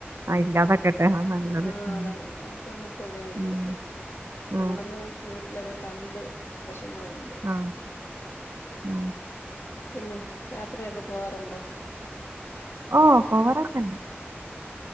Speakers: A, on the right; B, on the left.
A: ആ ഇല്ലാതാക്കട്ടെ അതാ നല്ലത്.
B: ആ
A: ഉം
B: അതാണ് അടുത്തങ്ങും പുഴയൊന്നുല്ല.
A: ഉം. ആ
B: നമ്മളന്ന് ന്യൂസിലൊക്ക കണ്ട് പക്ഷേ മാറണ്ട്
A: ആ. ആ. ആ.
B: പിന്നെ? യാത്രയൊക്കെ പോവാറുണ്ടോ?
A: ഓ പോവാറൊക്കെണ്ട്.